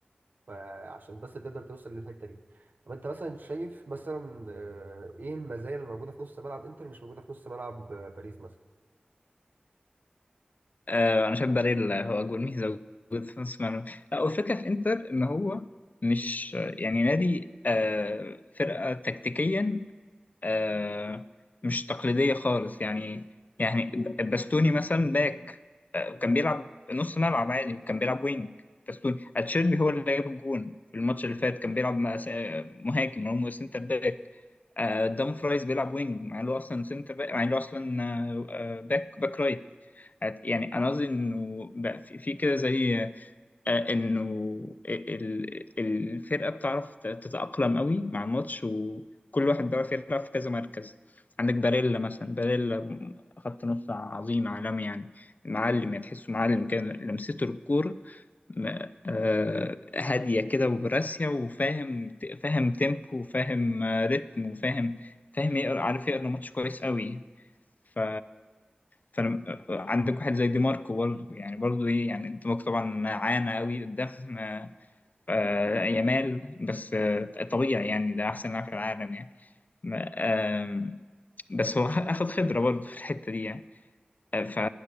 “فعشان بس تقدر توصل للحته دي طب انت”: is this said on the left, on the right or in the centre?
Right